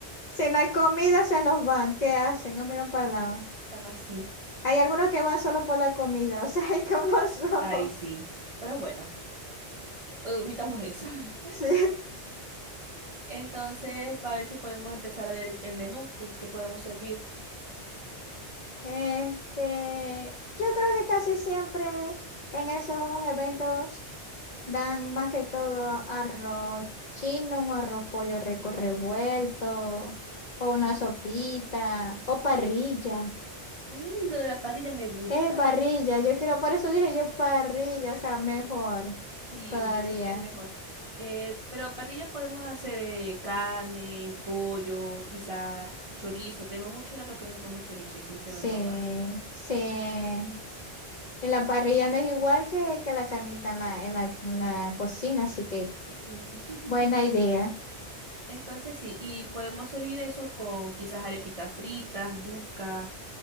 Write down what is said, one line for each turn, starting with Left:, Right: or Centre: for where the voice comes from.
Left: Si no hay comida, se nos van. ¿Qué hacen? No miran para el lado.
Right: Se sí,
Left: Hay algunos que van solo por la comida. <laughs> O sea, hay como <laughs> son.
Right: ahí sí. Pero bueno, omitamos eso. <laughs>
Left: Sí.
Right: Entonces, para ver si podemos empezar a ver el menú que, que podemos servir.
Left: Este, yo creo que casi siempre en esos eventos dan más que todo arroz chino, un arroz pollo rico revuelto, o una sopita, o parrilla.
Right: Uy, lo de la parrilla me gusta.
Left: Eh, parrilla, yo quiero, por eso dije yo parrilla, o sea, mejor
Right: Sí,
Left: todavía.
Right: yo creo que es mejor. Eh, pero parrilla podemos hacer eh, carne, pollo, quizás chorizo. Tengo mucho rato que no como chorizo y sí se
Left: Sí,
Right: me antoja.
Left: sí. Y la parrilla no es igual que, que la carnita en la, en la, en la cocina, así que
Right: Mm. <laughs>
Left: buena idea.
Right: Entonces sí, y podemos servir eso con quizás arepitas fritas, yuca,